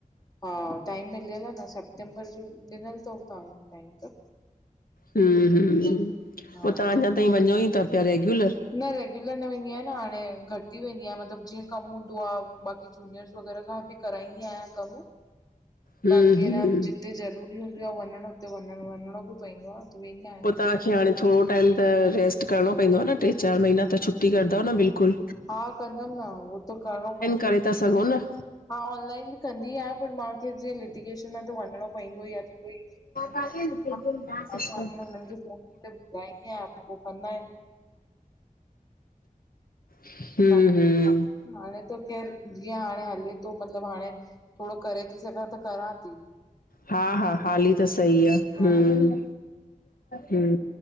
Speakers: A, on the left; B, on the left.
A: हा, टाइम मिलयल आ न सेप्टेंबर जो ॾिनल तन टाइम टाइम त।
B: हूं हूं,
A: हा
B: पो तव्हां अञा ताईं वञो ई ता पिया रेग्युलर।
A: न रेग्युलर न वेंदी आयां न हाणे, घट ई वेंदी आयां मतलब जीअं कम हूंदो आ। बाक़ी जूनियर्स वग़ैरह खां बी कराईंदी आहियां कम।
B: हम्म
A: बाक़ी
B: हम्म
A: अन जिते ज़रूरी हूंदी आ वञण, हुते वञणो बी पवंदो आ वेंदा आहियूं।
B: पो तव्हांखे हाणे थोड़ो टाइम त रेस्ट करणो पईंदो आ न ट्रे चार महीना त छुट्टी कंदव न बिल्कुल।
A: हा, कंदम न हो त करणो पईंदो।
B: करे था सघूं न।
A: हा, ऑनलाइन बी कंदी आयां, पर मांखे जीअं लिटीगेशन में त वञणो ई पईंदो आ त कोई
B: <unintelligible>
A: हा माण्हू आहिनि हुननि खे ॿुधाईंदी आयां, पो कंदा आहिन।
B: <inaudible>
A: हा
B: हम्म
A: हाणे त ख़ैर, जीअं हाणे हले तो मतलब हाणे थोड़ो करे ती सघां त करां ती।
B: हा, हा हाली त सही आ
A: हा
B: हम। हूं,